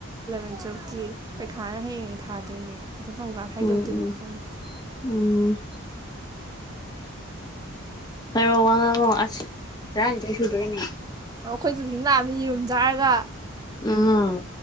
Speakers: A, on the right (about 20°); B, on the left (about 20°).
A: ꯣꯟꯆꯣꯞꯀꯤ ꯄꯩꯈꯥꯅ ꯍꯌꯦꯡ ꯊꯥꯗꯣꯏꯅꯦ ꯑꯗꯨ ꯄꯪꯀꯥꯟ ꯍꯥꯏꯗꯣꯛꯇꯣꯏꯅꯣ
B: ꯎꯝ ꯎꯝ
A: ꯈꯪꯗꯦ
B: ꯎꯝ ꯍꯣ ꯋꯥꯉ ꯑꯁ ꯇ ꯁꯨꯗꯔꯤꯅꯤ
A: ꯑꯣ ꯑꯩꯈꯣꯏ ꯀꯛꯆꯤꯡ ꯂꯥꯛꯑꯃꯤ ꯌꯦꯔꯨꯝ ꯆꯥꯔꯒ
B: ꯑꯥ